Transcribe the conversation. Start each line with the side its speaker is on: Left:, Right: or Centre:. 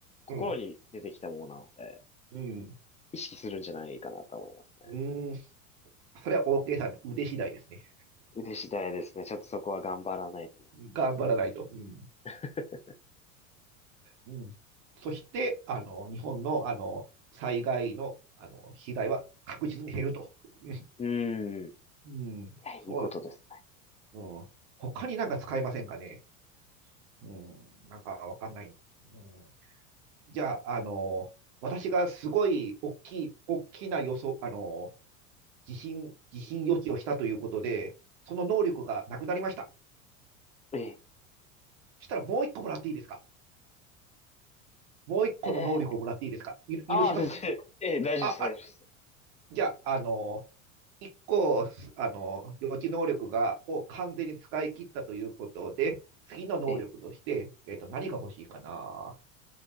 Left: 心に出てきたものなので、
Right: うん。うん。
Left: 意識するんじゃないかなと思いますね。
Right: うん。それは OK さんの腕次第ですね。
Left: 腕次第ですね。ちょっとそこは頑張らないと。
Right: 頑張らないと。うん。
Left: <laughs>
Right: うん、そして、あの、日本の、あの、災害の、あの、被害は確実に減ると。<laughs>
Left: うーん。い
Right: うん。
Left: や、
Right: そうです。
Left: いいことです
Right: うん。他になんか使えませんかね。うん。なんかわかんない。うん。じゃあ、あの、私がすごい大きい、大きな予想、あの、疑心、疑心予知をしたということで、その能力がなくなりました。
Left: ね。
Right: したらもう一個もらっていいですかもう一個の能力をもらっていいですか許しますか
Left: ええ、ええ、ああ、先生。ええ、大丈夫です、
Right: あ、あ、
Left: 大丈夫です。
Right: じゃあ、あの、一個、あの、予知能力が、を完全に使い切ったということで、次の能力として、
Left: ええ。
Right: えっ、と、何が欲しいかな